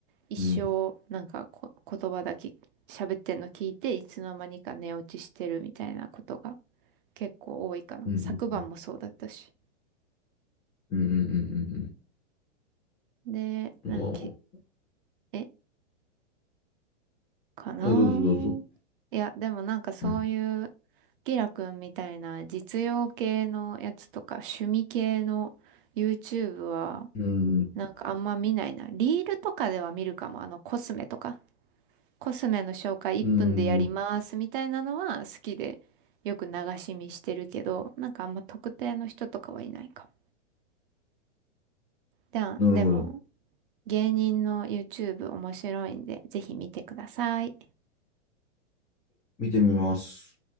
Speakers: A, on the right; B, on the left.
A: 一生、
B: うん、
A: なんかこ、言葉だけ喋ってんの聞いて、いつの間にか寝落ちしてるみたいなことが結構多いかな。
B: うん、
A: 昨晩もそうだったし。
B: うん、うん、うん、うん、うん。
A: で、
B: うんうんあ
A: なんかき、え、かなーいや、
B: ーあ、どうぞどうぞ。
A: でもなんかそういう
B: うん、
A: キラくんみたいな実用系のやつとか趣味系の YouTube は
B: うん、
A: なんかあんま見ないな。リールとかでは見るかも。あのコスメとか。コスメの紹介1分でやりますみたいなのは好きでよく流し見してるけど、
B: うん、
A: なんかあんま特定の人とかはいないかも。じゃあ、
B: なるほど。
A: でも芸人の YouTube 面白いんでぜひ見てください。
B: 見てみます。